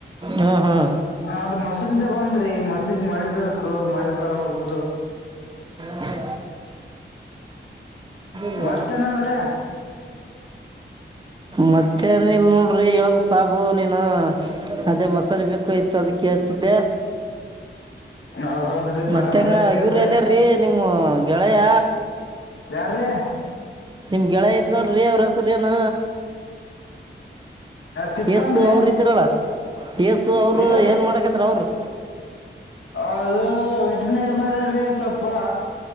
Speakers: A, on the right; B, on the left.
A: ಹಾ ಹಾ
B: ಅದ ಮಸೀಮ್ದ ಬಂದ್ರಿ ಮಸೀಮ ಮಳಿ ಬು ಮಳಿ ಪರತು
A: ಮತ್ತೆ ಏಲ್ಲ
B: ಮತ್ತೇನದ್ರಿ
A: ಮತ್ತೇನ ಇಲ್ ನೋಡ್ರಿ ಹಳ್ಬಕ್ ಸಾಬು ನೀನು ಅದೇ ಮಸಾಲೆ ಬೇಕು ಯ್ತ ಅದಕ್ಕೆತಿದ್ದೆ
B: ಹೌದೌದ್ರಿ
A: ಮತ್ತೆಂಗ
B: ಬರಬರಿ ಹಚ್ಚದ
A: ಇವ್ರ ಎಲ್ಲಯಾರೀ ನಿಮ್ಮ ಗೆಳೆಯ
B: ಯಾರ್ರೀ
A: ನಿಮ್ ಗೆಳ ದ ನೋಡ್ರಿ ಅವ್ರ ಹಸ್ರ ನ
B: ತಿಪ್ಪನ್ರಿ
A: ಯಸ್ಸು ಅವ್ರ ಇದ್ರಲ್ಲ ಯಸು ಅವರು
B: ಎಸ್
A: ಏನ್ ಮಾಡಕತ್ ಅವರು
B: ಅದು ವೆಟನರಿ ಮದ ಸೊಪು